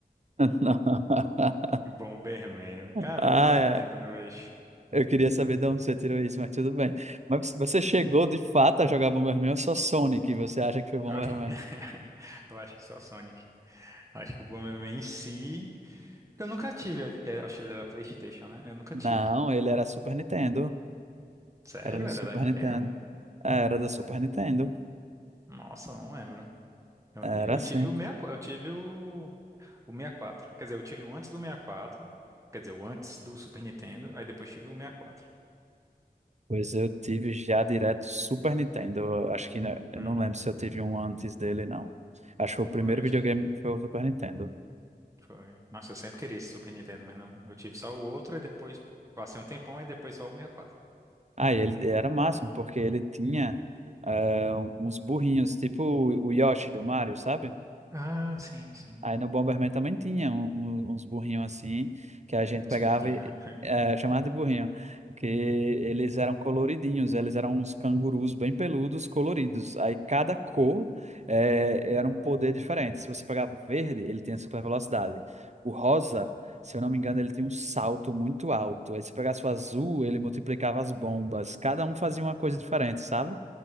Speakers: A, on the right; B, on the right.
A: Não. <laughs>
B: Bomberman. Caramba,
A: Ah,
B: quanto
A: é.
B: tempo eu não vejo.
A: Eu queria saber de onde você tirou isso, mas tudo bem. Mas você chegou de fato a jogar Bomberman ou só Sonic? Você acha que foi Bomberman?
B: Eu acho que, <laughs> eu acho que só Sonic. Acho que o Bomberman em si. Porque Eu nunca tive. ele- Eu acho que ele era PlayStation, né? Eu nunca
A: Não,
B: tive.
A: ele era Super Nintendo.
B: Sério?
A: Era do
B: Era
A: Super
B: da Nintendo?
A: Nintendo. É, Era do Super Nintendo.
B: Nossa, não lembro. Eu,
A: Era
B: eu
A: sim.
B: tive o 64, eu tive o, o 64. Quer dizer, eu tive o antes do 64. Quer dizer, o antes do Super Nintendo. Aí depois tive o 64.
A: Pois eu tive já direto Super Nintendo. Eu Acho que né, eu
B: Hum,
A: não lembro se eu tive um antes dele, não. Acho que o primeiro
B: foi, eu
A: videogame
B: tive.
A: foi o Super Nintendo.
B: Foi. Nossa, eu sempre queria esse Super Nintendo, mas não. Eu tive só o outro, aí depois. Passei um tempão, aí depois só o 64.
A: Ah, e ele era máximo, porque ele tinha eh, uns burrinhos, tipo o Yoshi do Mario, sabe?
B: Ah, sim, sim.
A: Aí no Bomberman também tinha um- um- uns burrinhos assim, que a gente pegava
B: Os burrinhos.
A: e
B: <laughs>
A: eh, chamava de burrinho, porque eles eram coloridinhos, eles eram uns cangurus bem peludos, coloridos. Aí cada cor eh, era um poder diferente. Se você pegava o verde, ele tinha super velocidade. O rosa, se eu não me engano, ele tinha um salto muito alto. Aí se pegasse o azul, ele multiplicava as bombas. Cada um fazia uma coisa diferente, sabe?